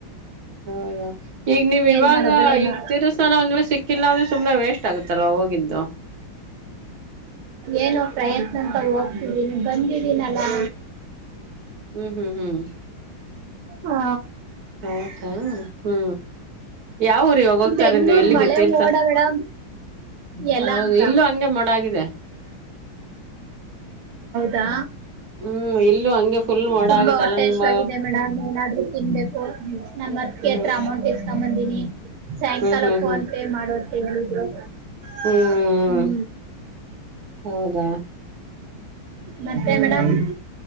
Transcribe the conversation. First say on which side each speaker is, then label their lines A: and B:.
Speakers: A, on the right; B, on the right.
A: ಅಯ್ಯೋ ಈಗ ನೀವ್ ಇವಾಗ
B: ಏನ್ ಮಾಡೋದು ಏನೋ
A: ಈಗ ತಿರ್ಸ್ತಾನ ಒಂದ್ ವೇಳೆ ಸಿಕ್ ಕ್ಕಿಲ್ಲ ಅಂದ್ರೆ ಸುಮ್ನೆ ವೇಸ್ಟ್ ಆಗುತ್ತಲ್ವ ಹೋಗಿದ್ದು.
B: ಏನೋ ಪ್ರಯತ್ನ ಅಂತ ಹೋಗ್ತಿದೀನಿ ಬಂದಿದೀನಲ್ಲಾ.
A: ಹ್ಮ್ ಹ್ಮ್ ಹ್ಮ್
B: ಹಾ
A: ಹ್ಮ್ ಹೌದು ಯಾವಊರು ಇವಾಗ ಹೋಗ್ತಾರ
B: ಬೆಂಗ್ಳೂರ್
A: ನೀವು ಎಲ್ಲಿಗೆ
B: ಮಳೆ
A: ತೀರ್ಥ
B: ಮೋಡ ಮೇಡಮ್ ಯಲಹಂಕ
A: ಹೌದು ಇಲ್ಲೂ ಹಂಗೆ ಮೋಡಗಿದೆ.
B: ದಾ.
A: ಹ್ಮ್ ಇಲ್ಲೂ ಹಂಗೆ. ಫುಲ್ ಮೋಡ
B: ತುಂಬಾ
A: ಆಗಿತ್ತಲ್ಲ
B: ಹೊಟ್ಟೆಹಶಿವು
A: ನಮ್ಮ
B: ಆಗಿದೆ ಮೇಡ್ ಏನಾದ್ರೂ ತಿನ್ಬೇಕು ನಮ್ಮ ಅತ್ತೆ
A: ಹ್ಮ್
B: ಹತ್ರ ಅಮೌಂಟ್ ಇಸ್ಕೊಂಡ ಬಂದೀನಿ ಸಾಯಂಕಾಲ
A: ಹ್ಮ್ ಹ್ಮ್
B: ಫೋನ್
A: ಹ್ಮ್
B: ಪೇ ಮಾಡೋಂತ ಹೇಳಿದ್ರು
A: ಹ್ಮ್
B: ಹ್ಮ.
A: ಹೌದಾ
B: ಮತ್ತೆ
A: ಹ್ಮ್
B: ಮೇಡಮ್.